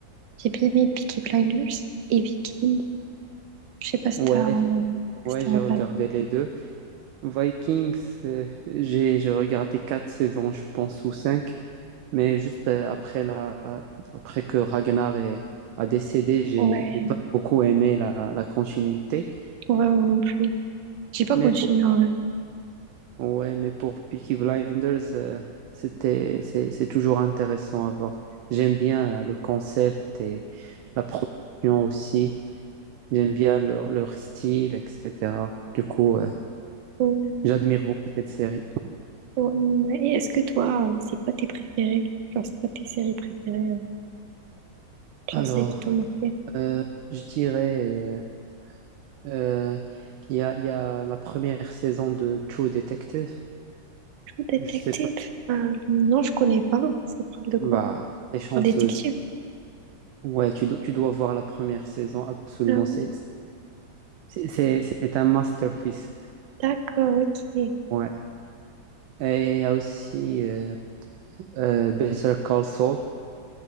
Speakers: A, on the right; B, on the right.
A: j'ai bien aimé Peaky Blinders et Viking. Je sais pas si
B: Ouais,
A: t'as
B: ouais,
A: si t'as
B: j'ai
A: regardé.
B: regardé les deux. Vikings, euh, j'ai j'ai regardé quatre saisons, je pense, ou cinq. Mais juste euh, après, la, après que Ragnar est- a décédé, j'ai
A: Ouais,
B: j'ai pas beaucoup aimé la, la continuité.
A: ouais, moi non plus. J'ai pas
B: Mais
A: continué
B: pour,
A: en vrai.
B: ouais, mais pour Peaky Blinders, euh, c'était, c'est, c'est toujours intéressant à voir. J'aime bien euh, le concept et la production aussi. J'aime bien leur, leur style, etc. Du coup, euh,
A: Mm.
B: j'admire beaucoup cette série.
A: Ouais, Et est-ce que toi, euh, c'est quoi tes préférés? Genre, c'est quoi tes séries préférées? euh,
B: Alors,
A: Genre, celles qui t'ont marqué?
B: euh, je dirais, euh, euh, il y a, il y a la première saison de True Detective.
A: True Detective?
B: Je sais pas.
A: Euh, non, je connais pas. Ça parle de quoi?
B: Bah, t'es chanceuse.
A: Genre, détective?
B: Ouais, tu, do- tu dois voir la première saison, absolument.
A: Ah oui,
B: C'est c'est- c'est- c'est- c'est un masterpiece.
A: d'accord, ok.
B: Ouais. Et il y a aussi euh, euh, Better Call Saul.